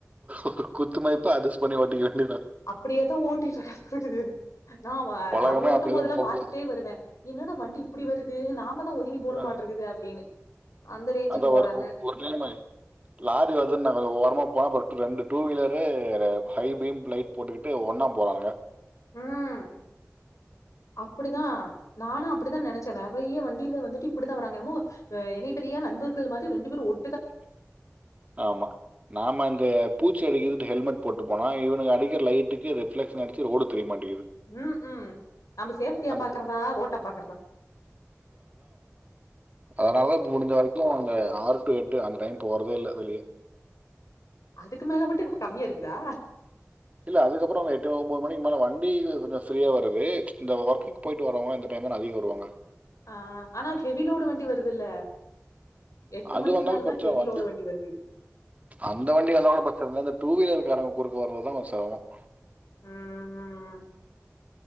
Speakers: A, on the right; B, on the left.
A: ஒரு குத்துமதிப்பா அட்ஜஸ்ட் பண்ணி ஓட்டிக்க வேண்டியதுதான்
B: அப்படியேதான் ஓட்டிட்டு இருக்க இருக்குது நான்
A: உலகமே
B: அவர் ஓட்டும்
A: அப்படிதான்
B: போதெல்லாம்
A: போகுது.
B: பார்த்துட்டே வருவேன் என்னாடா வண்டி இப்படி
A: ம்.
B: வருது நாம தான் ஒதுங்கி போகணும்மாட்டே
A: அ.
B: இருக்குது அப்படின்னு அந்த ரேஞ்சுக்கு
A: அதான்
B: போறாங்க
A: ஒரு ஒரு நிலமை லாரி வருதுனு நா ஓரமா போனபாரு ரெண்டு two wheeler high beam light போட்டுக்கிட்டு ஒன்னா போறாங்க
B: உம் அப்படிதான் நானும் அப்படிதான் நினைச்சேன் நிறைய வண்டி வந்துட்டு இப்படித்தான் வராங்க என்னமோ இணைபிரியா நண்பர்கள் மாதிரி ரெண்டு பேரும் ஓட்
A: ஆமா நாம இந்த பூச்சி அடிக்கிதுன்ட்டு ஹெல்மெட் போட்டு போனா இவுனுக அடிக்கிற லைட்டுக்கு ரிஃப்லெக்ஷன் அடிச்சு ரோடு தெரியமாட்
B: ம் ம் நம்ம சேஃப்டிய
A: அந்த
B: பாக்கறதா
A: க
B: ரோட்ட பாக்கறதா
A: அதனாலதா ப்ப முடிஞ்ச வரைக்கு அந்த ஆறு டு எட் டு அந்த டைம் போறதே இல்ல வெளிய
B: அதுக்கு மேல மட்டு என்னமோ கம்மியா இருக்குதா
A: இல்ல அதுக்கப்புற எட்டு ஒம்போது மணிக்கு மேலே வண்டி கொஞ்ச ஃப்ரீயா வருது இந்த ஒர்க்குக்கு போயிட்டு வரவங்களா இந்த டைம் தான அதிக வருவாங்க
B: ஆ ஆனா ஹெவி லோடு வண்டி வருதுல்ல எட்டு
A: அது
B: மணிக்கு
A: வந்தாலும்
B: மேலதா
A: பிரச்சனை
B: ஹெவி
A: வண்டி
B: லோடு வருது
A: அந்த வண்டி வந்தால பிரச்சனை டூ வீலர் காரங்க குறுக்க வர்றதுதான் கொஞ்சம் சிரமம்
B: ஆ ஆ